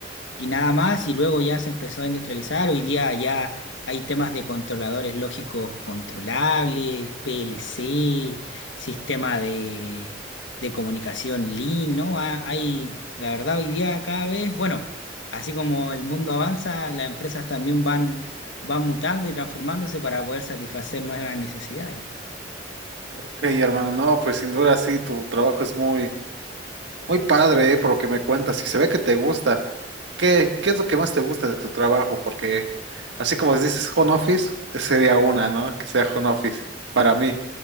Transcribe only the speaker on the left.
y nada más, y luego ya se empezó a industrializar. Hoy día ya hay temas de controladores lógicos controlables, PLC, sistema de, de comunicación link, ¿no? Ha- Hay, la verdad, hoy día cada vez, bueno, así como el mundo avanza, las empresas también van, van mutando y transformándose para poder satisfacer nuevas necesidades.